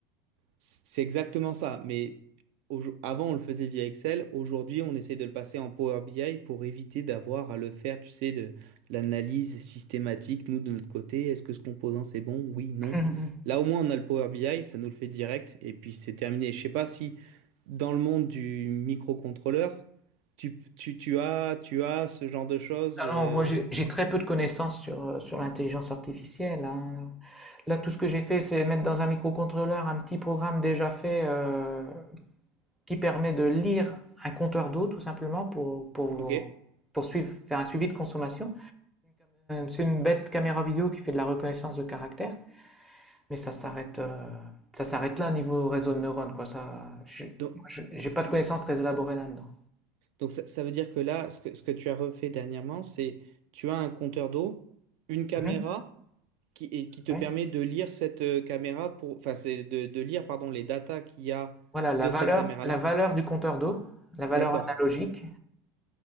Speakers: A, on the right; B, in the centre.
A: C'est exactement ça, mais aujo- avant on le faisait via Excel, aujourd'hui on essaie de le passer en Power BI pour éviter d'avoir à le faire, tu sais, de l'analyse systématique, nous de notre côté, est-ce que ce composant c'est bon? Oui, non.
B: Mhm.
A: Là au moins on a le Power BI, ça nous le fait direct et puis c'est terminé. Je sais pas si dans le monde du microcontrôleur, tu, tu, tu as, tu as ce genre de choses. euh,
B: Alors, moi, j'ai j'ai très peu de connaissances sur, euh, sur l'intelligence artificielle. hein. Là, tout ce que j'ai fait, c'est mettre dans un microcontrôleur un petit programme déjà fait. euh, qui permet de lire un compteur d'eau tout simplement pour, pour,
A: Ok.
B: pour suivre- faire un suivi de consommation. c'est une bête caméra vidéo qui fait de la reconnaissance de caractère, mais ça s'arrête euh, ça s'arrête là au niveau réseau de neurones quoi. Ça,
A: Donc,
B: j'ai pas de connaissances très élaborées là-dedans.
A: Donc ça, ça veut dire que là, ce que, ce que tu as refait dernièrement, c'est tu as un compteur d'eau, une caméra
B: Mhm,
A: qui, et qui te
B: oui.
A: permet de lire cette euh, caméra pour, enfin c'est de, de lire pardon les datas qu'il y a
B: Voilà la
A: de
B: valeur
A: cette caméra-là.
B: la valeur du compteur d'eau, la valeur
A: D'accord.
B: analogique.